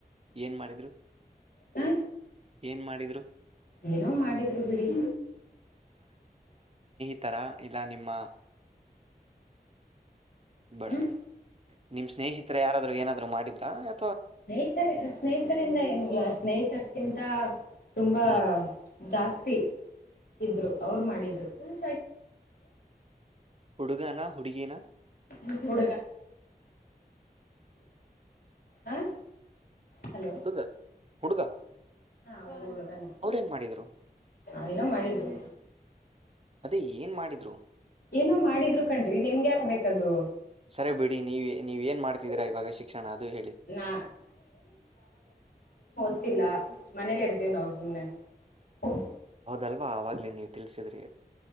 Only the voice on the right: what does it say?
ಏನ್ ಮಾಡಿದ್ರು
ಏನ್ ಮಾಡಿದ್ರು
ಈ ಥರ ಇಲ್ಲ ನಿಮ್ಮ ಬಡ
ಬಡಿಿ ನಿಮ್ಮ್ ಸ್ನೇಹಿತರೆ ಯಾರಾದರೂ ಏನಾದರೂ ಮಾಡಿದ್ರು ಹಾ
ಹ್ಮ್
ಹುಡುಗನಾ ಹುಡುಗೀನಾ
ಹುಡುಗ ಹುಡುಗ.
ಅವ್ರೇನ್ ಮಾಡಿದ್ರು
ಅದೇ ಏನ್ ಮಾಡಿದ್ರು.
ಸರಿ ಬಿಡಿ ನೀವ ನೀವ ಏನ್ ಮಾಡ್ತಿದ್ದೀರಾ ಇವಾಗ ಶಿಕ್ಷಣ ಅದು ಹೇಳಿ.
ಅಲ್ವಾ ಆವ್ಲೇ ನೀವು ತಿಳಸಿದ್ರಿ.